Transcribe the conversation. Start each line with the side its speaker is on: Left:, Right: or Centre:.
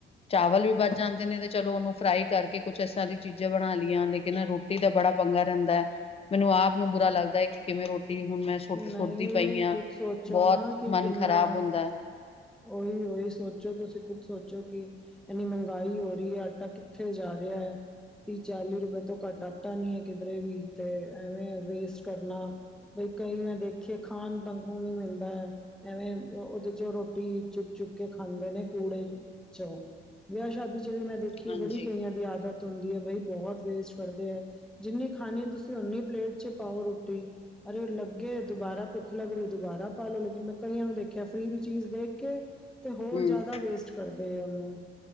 Left: ਚਾਵਲ ਵੀ ਬਚ ਜਾਂਦੇ ਨੇ ਤੇ ਚਲੋ ਉਹਨੂੰ ਫਰਾਈ ਕਰਕੇ ਕੁਛ ਇਸ ਤਰ੍ਹਾਂ ਦੀ ਚੀਜ਼ਾਂ ਬਣਾ ਲਈਆਂ, ਲੇਕਿਨ ਰੋਟੀ ਰੋਟੀ ਦਾ ਬੜਾ ਪੰਗਾ ਰਹਿੰਦਾ, ਮੈਨੂੰ ਆਪ ਨੂੰ ਬੁਰਾ ਲੱਗਦਾ ਕਿ ਕਿਵੇਂ ਰੋਟੀ ਹੁਣ ਮੈਂ ਸੁੱਟ
Centre: ਨਈ
Left: ਸੁੱਟਦੀ ਪਈ ਹਾਂ।
Centre: ਕੁਛ ਸੋਚੋ
Left: ਬਹੁਤ
Centre: ਨਾ ਕਿ
Left: ਮਨ
Centre: ਕਿੰਨਾ
Left: ਖ਼ਰਾਬ ਹੁੰਦਾ ਹੈ
Centre: ਓਹੀ- ਓਹੀ ਸੋਚੋ ਤੁਸੀਂ ਖੁਦ ਸੋਚੋ ਕਿ ਐਨੀ ਮਹਗਾਈ ਹੋ ਰਹੀ ਏ ਆਟਾ ਕਿੱਥੇ ਜਾ ਰਿਹਾ ਐ। ਤੀਹ-ਚਾਲੀ ਰੁਪਏ ਤੋਂ ਘੱਟ ਆਟਾ ਨਈ ਕਿਧਰੇ ਵੀ ਤੇ ਐਵੇਂ ਵੇਸਟ ਕਰਨਾ। ਬਈ ਕਈ ਮੈ ਦੇਖੇ ਖਾਣ ਡੰਗ ਨੂੰ ਨੀ ਮਿਲਦਾ ਐ। ਐਵੇਂ ਉਹਦੇ ਚੋਂ ਰੋਟੀ ਚੁੱਕ- ਚੁੱਕ ਕੇ ਖਾਂਦੇ ਨੇ ਕੂੜੇ ਚੋ, ਵਿਆਹ ਸ਼ਾਦੀ ਚ ਵੀ ਮੈਂ ਦੇਖੀਏ
Left: ਹਾਂਜੀ।
Centre: ਬੜੀ ਕਈਆਂ ਦੀ ਆਦਤ ਹੁੰਦੀ ਹੈ ਬਾਈ ਬਹੁਤ ਵੇਸਟ ਕਰਦੇ ਐ ਜਿੰਨੀ ਖਾਣੀ ਤੁਸੀਂ ਓਨੀ ਪਲੇਟ ਚ ਪਾਓ ਰੋਟੀ ਅਰੇ ਲੱਗ ਗੇ, ਦੁਬਾਰਾ ਭੁੱਖ ਲੱਗ ਰਹੀ ਦੁਬਾਰਾ ਪਾ ਲਉ ਲੇਕਿਨ ਮੈਂ ਕਈਆਂ ਨੂੰ ਦੇਖਿਆ ਫਰੀ ਦੀ ਚੀਜ਼ ਦੇਖ ਕੇ ਤੇ ਹੋਰ
Left: ਹਮ
Centre: ਜ਼ਿਆਦਾ ਵੇਸਟ ਕਰਦੇ ਐ ਉਨੂੰ